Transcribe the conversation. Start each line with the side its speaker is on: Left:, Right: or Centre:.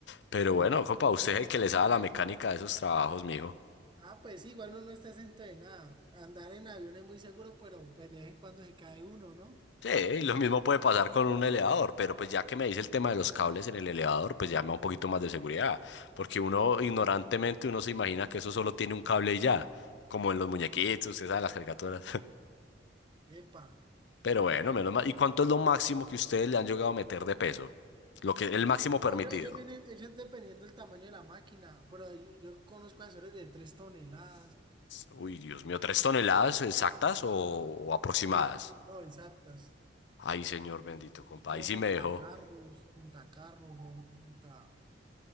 Left: Pero
Right: Sí.
Left: bueno, compa, usted es el que le sabe la mecánica de esos trabajos, mijo.
Right: Ah, pues sí, igual uno no está entrenado Andar en avión es muy seguro, pero pues de vez en cuando se cae uno, ¿no?
Left: Sí, y lo mismo puede pasar con un elevador, pero pues ya que me dice el tema de los cables en el elevador, pues ya me da un poquito más de seguridad, porque uno ignorantemente uno se imagina que eso solo tiene un cable y ya, como en los muñequitos, ustedes saben las caricaturas.
Right: Epa.
Left: Pero bueno, menos mal. ¿Y cuánto es lo máximo que ustedes le han llegado a meter de peso? Lo que, el máximo
Right: No,
Left: permitido.
Right: yo- ellos, vienen, ellos dependiendo del tamaño de la máquina, pero yo, yo conozco asesores de tres toneladas,
Left: Uy, Dios mío, ¿tres toneladas exactas o, o aproximadas?
Right: sí, no, exactas.
Left: Ay, señor bendito, compa.
Right: Son
Left: Ahí sí
Right: montacarros,
Left: me dejó.
Right: montacarros o monta,